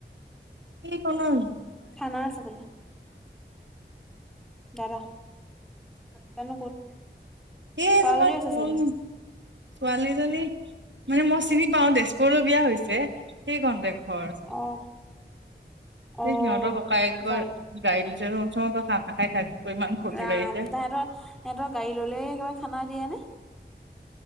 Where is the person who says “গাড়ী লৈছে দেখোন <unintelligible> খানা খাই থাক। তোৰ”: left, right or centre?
Right